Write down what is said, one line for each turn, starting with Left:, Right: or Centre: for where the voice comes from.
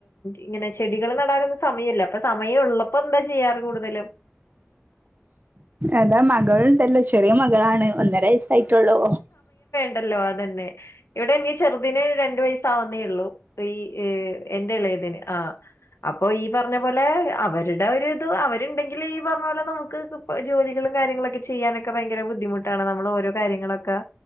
Left: ഇങ്ങനെ ചെടികൾ നടാറുന്നും സമയല്ല അപ്പൊ സമയം ഉള്ളപ്പോ എന്താ ചെയ്യാറ് കൂടുതലും
Right: എതാ മകൾണ്ടല്ലോ ചെറിയ മകളാണ് ഒന്നര വയസ്സായിട്ടുള്ളൂ
Left: ഉണ്ടല്ലോ അതന്നെ ഇവിടെ ഇനി ചെറുതിന് രണ്ടുവയസാവുന്നേ ഉള്ളൂ. ഈ എന്റെ ഇളെത്ന് ആഹ് അപ്പൊ ഈ പറഞ്ഞ പോലെ അവരുടെ ട് അവരു ഇതു അവര്ണ്ടെങ്കിൽ ഈ പറഞ്ഞ പോലെ നമുക്ക് ഇ ജോലികളും കാര്യാങ്ങളൊക്കെ ചെയ്യാനൊക്കെ ഭയങ്കര ബുദ്ധിമുട്ടാണ്. നമ്മൾ ഓരോ കാര്യങ്ങളൊക്കെ